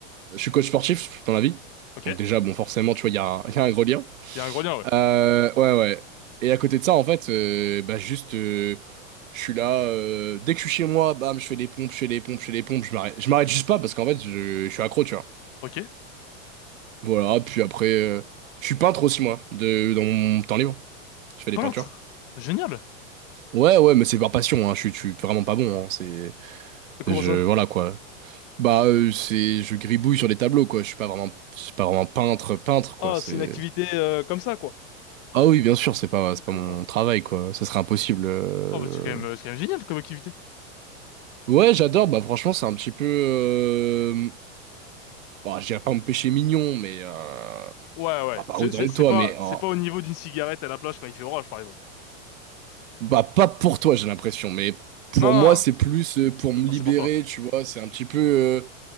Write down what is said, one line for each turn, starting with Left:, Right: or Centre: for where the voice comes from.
Right: Je suis coach sportif dans la vie.
Left: Ok.
Right: Donc
Left: Il
Right: déjà, bon, forcément, tu vois, il y a un, <laughs> il y a un gros lien.
Left: y a un gros lien, ouais.
Right: Euh, ouais, ouais. Et à côté de ça, en fait, euh, bah juste, euh, je suis là. euh, dès que je suis chez moi, bam, je fais des pompes, je fais des pompes, je fais des pompes. Je m'arrête, je m'arrête juste pas parce qu'en fait, je, je suis accro, tu vois.
Left: Ok.
Right: Voilà. Puis après, euh, je suis peintre aussi moi, de, dans mon temps libre. Je fais des
Left: Peintre.
Right: peintures.
Left: Génial.
Right: Ouais, ouais, mais c'est par passion. Hein. Je suis, je suis vraiment pas bon. hein. C'est,
Left: Comment
Right: je,
Left: ça?
Right: voilà quoi. Bah, euh, c'est, je gribouille sur des tableaux quoi. Je suis pas vraiment, je suis pas vraiment peintre, peintre quoi.
Left: Ah,
Right: C'est
Left: c'est une activité euh, comme ça, quoi.
Right: Ah oui, bien sûr, c'est pas,
Left: D'accord.
Right: c'est pas mon travail, quoi. Ça serait impossible. euh.
Left: Ah, bah, c'est quand même, euh, c'est quand même génial comme activité.
Right: Ouais, j'adore. Bah, franchement, c'est un petit peu. Euh... Bah, je dirais pas me péché mignon, mais. Euh...
Left: Ouais, ouais.
Right: bah, pas
Left: C'est,
Right: autant
Left: c'est, c'est
Right: que toi,
Left: pas,
Right: mais.
Left: c'est
Right: euh,
Left: pas au niveau d'une cigarette à la plage quand il fait orage, par exemple.
Right: Bah, pas pour toi, j'ai l'impression. Mais pour
Left: Non, non,
Right: moi, c'est
Left: non.
Right: plus euh, pour
Left: Je
Right: me
Left: pensais
Right: libérer,
Left: pour toi.
Right: tu vois. C'est un petit peu euh,